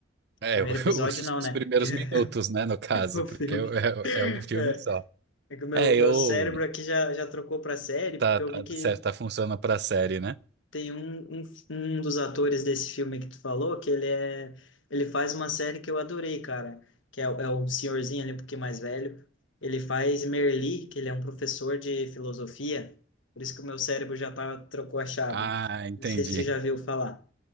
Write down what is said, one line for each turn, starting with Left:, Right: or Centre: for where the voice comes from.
Right: É,
Left: primeiro
Right: <laughs>
Left: episódio
Right: os,
Left: não,
Right: os
Left: né?
Right: primeiros
Left: <laughs>
Right: minutos, né, no caso,
Left: Porque o
Right: porque
Left: filme.
Right: é, é- é um filme
Left: É
Right: só.
Left: é que o meu,
Right: É,
Left: meu
Right: eu.
Left: cérebro aqui já, já trocou para série,
Right: Tá,
Left: porque eu
Right: tá,
Left: vi que
Right: certo, tá funcionando pra série, né?
Left: Tem um, um, um dos atores desse filme que tu falou, que ele é, ele faz uma série que eu adorei, cara, que é, o- é o senhorzinho ali, um pouquinho mais velho. Ele faz Merli, que ele é um professor de filosofia, por isso que o meu cérebro já tá, trocou a chave.
Right: Ah, entendi.
Left: Não sei se tu já viu falar.